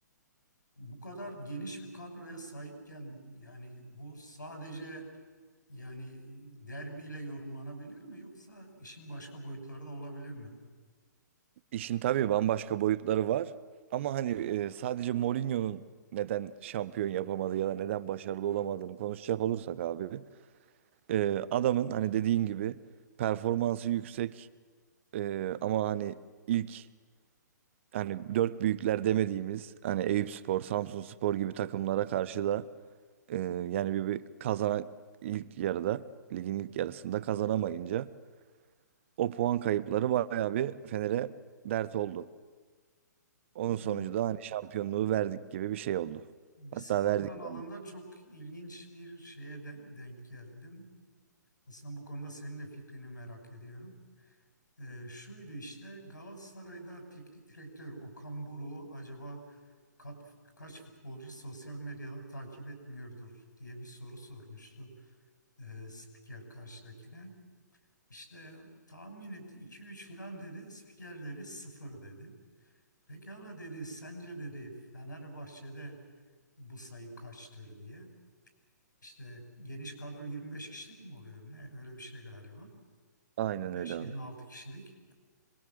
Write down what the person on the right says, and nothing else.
İşin tabii bambaşka boyutları var. Ama hani e, sadece Mourinho'nun neden şampiyon yapamadı ya da neden başarılı olamadığını konuşacak olursak abi. e, adamın hani dediğin gibi performansı yüksek e, ama hani ilk hani dört büyükler demediğimiz hani Eyüpspor, Samsunspor gibi takımlara karşı da e, yani bir, bir kazanan ilk yarıda ligin ilk yarısında kazanamayınca o puan kayıpları bayağı bir Fener'e dert oldu. Onun
sonucu da hani şampiyonluğu verdik gibi bir şey oldu.
Hatta
verdik
yani.
Aynen
öyle abi.